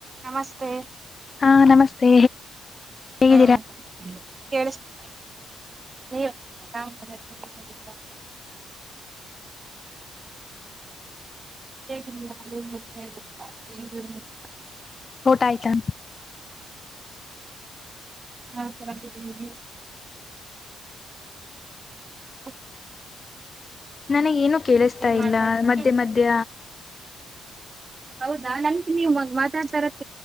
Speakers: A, on the right; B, on the left.
A: ನಮಸ್ತೆ.
B: ಹಾ ನಮಸ್ತೆ ಹೇಗಿದ್ದೀರಾ
A: ಹ್ಮ್ ಕೇಳುಸ್ತ್ ನೀವ್. ಕಾಣುಸ್ತಾರೆ ನೀವ್ ಹೇಗಿದಿರ. ಹೇಗಿದ್ಯಾ ಏನ್ಮಾಡತ್ತೆ. <unintelligible>
B: ಓಟ ಆಯ್ತಾ.
A: ನಾವ್ ಚೆನಾಗಿದೀವಿ ನೀವು. ಹ್ಮ್.
B: ನನಗೇನು ಕೇಳುಸತಾ
A: ಮಾಡ್ತಾ
B: ಇಲ್ಲ
A: ಇದ್ದೀ
B: ಮಧ್ಯ ಮಧ್ಯ.
A: ಹೌದಾ ನಂತ್ ನೀವ್ ಮ ಮಾತಾಡ್ತಾ ಇರೋದ್